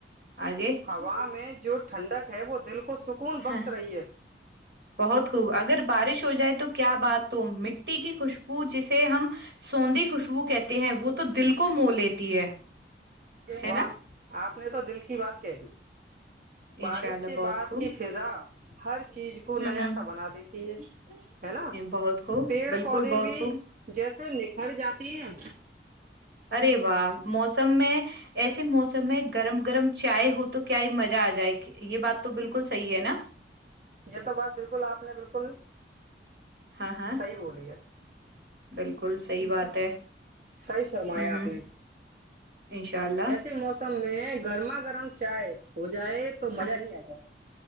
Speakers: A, on the right; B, on the right.
A: آگے
B: ہوا میں جو ٹھنڈک ہے وہ دل کو سکون بخش
A: ہاں
B: رہی ہے
A: بہت خوب اگر بارش ہو جائے تو کیا بات تو مٹی کی خوشبو جسے ہم سونندی خوشبو کہتے ہیں وہ تو دل کو مو لیتی ہے ہے
B: واہ
A: نا
B: آپ نے تو دل کی بات کہ تھی بارش
A: انشاء اللہ
B: کے
A: بہت
B: بعد
A: خوب
B: کی فضا ہر چیز کو
A: ہوں
B: نیا
A: ہوں
B: سا بنا دیتی ہے ہے نا
A: بہت خوب
B: پیڑ
A: بالکل
B: پودے
A: بہت
B: بھی
A: خوب
B: جیسے نکھر جاتی ہیں
A: ارے واہ موسم میں ایسے موسم میں گرم گرم چائے ہو تو کیا ہی مزہ آ جائے یہ بات تو بالکل صحیح ہے نا
B: یہ تو بات بالکل آپ نے بالکل
A: ہاں ہاں
B: صحیح بولی ہے
A: بالکل
B: صحیح
A: بات
B: فرم
A: ہے
B: صحیح فرمایا
A: ہوں ہوں
B: آپ نے
A: انشاء اللہ
B: ایسے موسم میں گرما گرم چائے ہو جائے تو مزہ
A: ہاں
B: ہی آ جائے